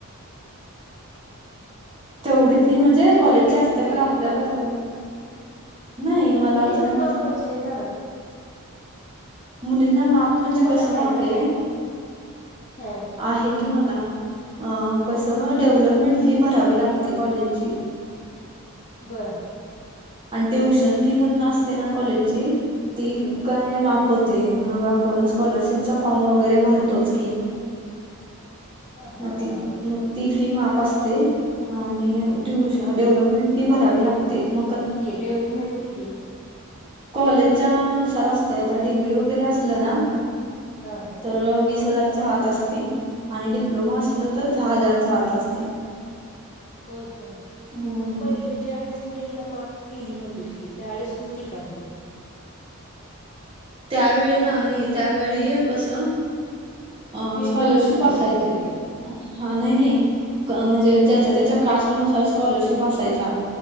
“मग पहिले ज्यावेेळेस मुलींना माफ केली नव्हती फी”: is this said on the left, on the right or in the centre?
Left